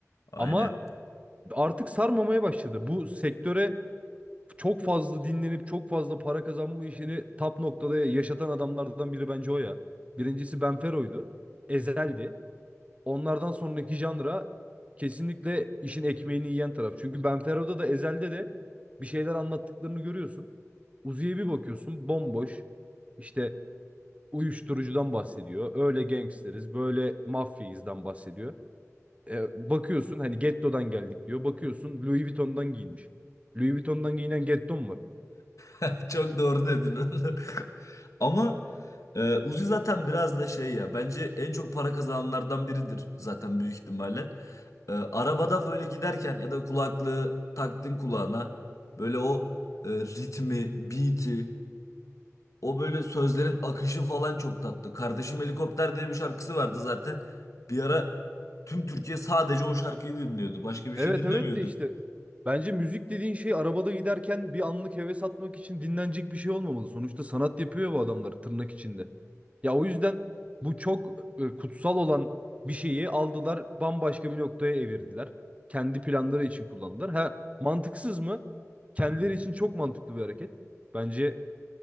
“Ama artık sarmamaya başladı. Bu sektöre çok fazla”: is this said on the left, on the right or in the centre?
Right